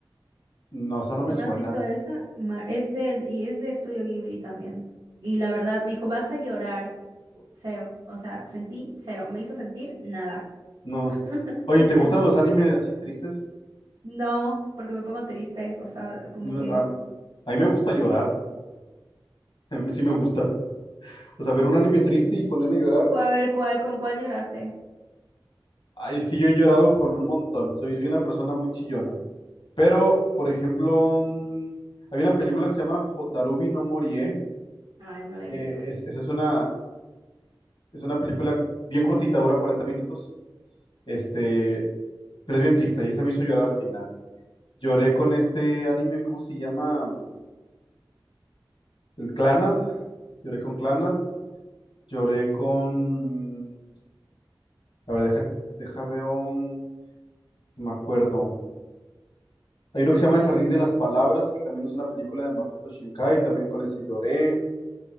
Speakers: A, on the left; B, on the right.
A: no, esa no me
B: ¿no
A: suena.
B: has visto esa? Ma- es del, y es de Estudio Ghibli también. Y la verdad me dijo, vas a llorar cero, o sea, sentí cero, me hizo sentir nada.
A: No.
B: <laughs>
A: Oye,
B: O
A: ¿te
B: sea,
A: gustan
B: no.
A: los animes así tristes?
B: No, porque me pongo triste, o sea, como
A: No,
B: que,
A: am, a mí me gusta llorar. <laughs> A mí sí me gusta. O sea, ver un anime triste y ponerme a llorar.
B: cu- a ver, ¿cuál, con cuál lloraste?
A: Ay, es que yo he llorado con un montón. Soy, soy una persona muy chillona. Pero, por ejemplo, mm, hay una película que se llama Hotarubi no Morie.
B: Ay, no la
A: Eh,
B: he visto.
A: es, esa es una, es una película bien cortita, dura 40 minutos. Este, pero es bien triste y esa me hizo llorar al final. Lloré con este anime, ¿cómo se llama? El Clannad. Lloré con Clannad. Lloré con... A ver, deja, deja veo... un- Me acuerdo. Hay uno que se llama El Jardín de las Palabras, que también es una película de Makoto Shinkai, también con ese lloré.